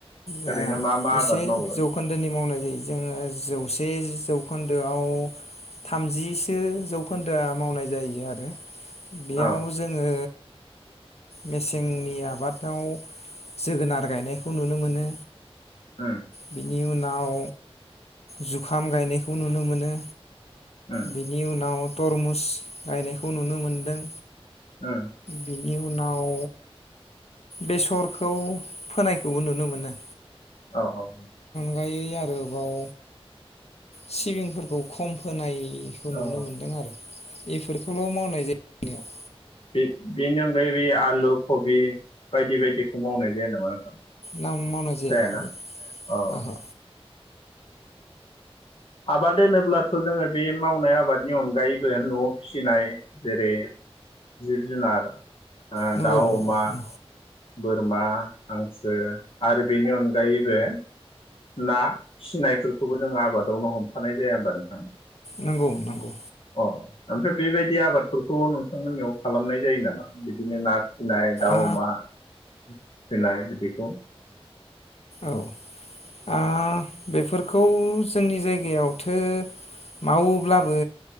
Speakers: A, on the left; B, on the left.
A: दा
B: ओरैनो मा मा
A: एसे
B: आबाद मावो
A: जौखोन्दोनि मावनाय जायो।। जोङो जौसे जौखोन्दोआव थामजिसो जौखोन्दोआ मावनाय जायो आरो। बेयाव
B: औ
A: जोङो मेसेंनि आबादाव जोगोनार गायनायखौ नुनो मोनो।
B: उम
A: बेनि उनाव नाव जुखाम गायनायखौ नुनो मोनो।
B: उम
A: बेनि उनाव तरमुस गायनायखौ नुनो मोनदों।
B: उम
A: बिनि इयुनाव बेसरखौ फोनायखौबो नुनो मोनो।
B: औ औ औ
A: गायै आरोबाव सिबिंफोरखौ खम फोनाय बेखौ नुनो
B: औ
A: मोनदों आरो बेफोरखौल' मावनाय जायो जोंनियाव।।
B: बे-बेनि अनगायैबो बे आलु कबि बायदि बायदिखौ मावनाय जाया नामा नोंथां
A: ना मावनाय जाया
B: जायाना
A: बेफोरखौ
B: अ
A: ओहो
B: आबाद होनोब्लाथ' जोङो बे मावनाय आबादनि अनगायैबो न' फिसिनाय जेरै जिब जुनार ओ
A: नंगौ
B: दाउ
A: नंगौ
B: अमा बोरमा हांसो आरो बेनि अनगायैबो ना फिसिनायफोरखौबो जों आबादावनो हमफानाय जाया होमबा नोंथां।
A: नंगौ नंगौ
B: अ ओमफ्राय बेबायदि आबादफोरखौ नोंथांमोननियाव खालामनाय जायो नामा बिदिनो ना फिनाय दाउ
A: आ
B: अमा फिनाय बिदिखौ
A: औ आ बेफोरखौ जोंनि जायगायावथो मावोब्लाबो